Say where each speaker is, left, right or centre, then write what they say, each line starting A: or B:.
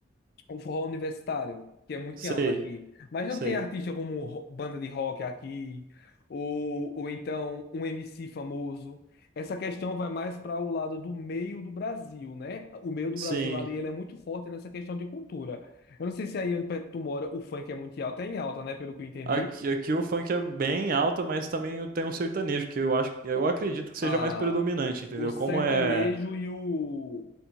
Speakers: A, on the left; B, on the right.
A: o forró universitário, que é muito
B: Sei,
A: em alta aqui. Mas não
B: sei.
A: tem artista como ro- banda de rock aqui, ou, ou então um MC famoso. Essa questão vai mais para o lado do meio do Brasil, né? O meio do
B: Sim.
A: Brasil ali, ele é muito forte nessa questão de cultura. Eu não sei se aí onde perto tu mora, o funk é muito em alta, é em alta, né? Pelo que eu entendi.
B: Aqui, aqui o funk é bem alta, mas também tem o sertanejo, que eu acho, eu
A: O,
B: acredito que seja
A: a,
B: mais predominante, entendeu?
A: o sertanejo
B: Como é
A: e o,